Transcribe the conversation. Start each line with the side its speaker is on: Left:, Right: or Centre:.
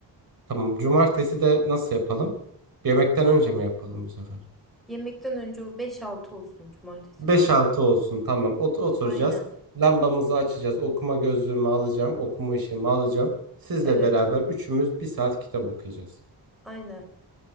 Right: Tamam. Cumartesi de nasıl yapalım? Yemekten önce mi yapalım bu sefer?
Centre: Yemekten önce beş altı olsun cumartesi
Right: 5-6
Centre: günü de.
Right: olsun tamam Ot- oturacağız.
Centre: Aynen.
Right: Lambamızı açacağız. Okuma gözlüğümü alacağım. Okuma işimi alacağım. Sizle
Centre: Evet.
Right: beraber üçümüz bir saat kitap okuyacağız.
Centre: Aynen.